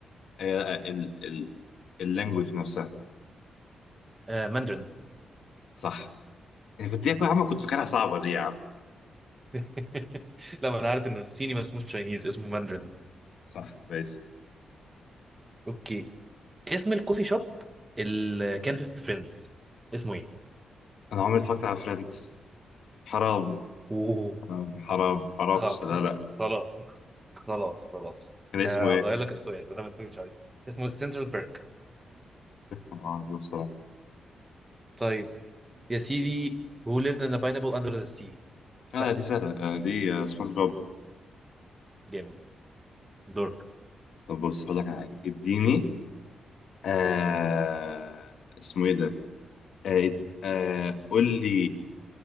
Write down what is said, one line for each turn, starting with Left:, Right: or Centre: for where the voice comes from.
Left: آه ال ال اللانجوج نفسها
Right: آه، ماندرين
Left: صح انا كنت يا عم كنت فاكرها صعبة دي يا عم
Right: <laughs> لا ما انا عارف ان الصيني ما اسموش تشاينيز اسمه ماندرين
Left: صح ماشي
Right: اوكي اسم الكوفي شوب اللي كان في فريندز اسمه ايه
Left: انا عمري ما اتفرجت على فريندز حرام
Right: اوه
Left: حرام حرام معرفش
Right: خلاص
Left: لا لا
Right: خلاص خلاص خلاص
Left: كان اسمه
Right: آه،
Left: ايه؟
Right: هغير لك السؤال ما دام ما تفكرش عليه اسمه سنترال بيرك
Left: ما اعرفش بصراحة
Right: طيب يا سيدي who lived in a pineapple under the sea
Left: اه
Right: سهلة
Left: دي سهلة آه دي آه سبونج بوب
Right: جامد دورك
Left: طب بص هقول لك على حاجة اديني آه اسمه ايه ده آه آه قول لي